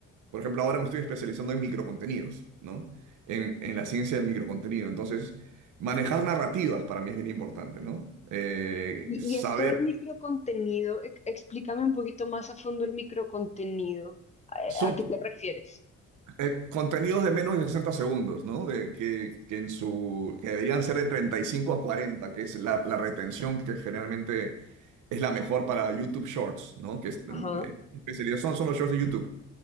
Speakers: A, on the right (about 80°); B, on the left (about 25°).
A: por ejemplo, ahora me estoy especializando en microcontenidos, ¿no? En, en la ciencia del microcontenido. Entonces, manejar narrativas para mí es bien importante, ¿no? Eh,
B: Y,
A: saber,
B: y esto del microcontenido, e- explícame un poquito más a fondo el microcontenido. ¿A,
A: son
B: a qué
A: co-
B: te refieres?
A: eh, contenidos de menos de 60 segundos, ¿no? De, que, que en su, que deberían ser de 35 a 40, que es la, la retención que generalmente es la mejor para YouTube Shorts, ¿no? Que es,
B: Ajá.
A: en- en especialidad son, son los shorts de YouTube.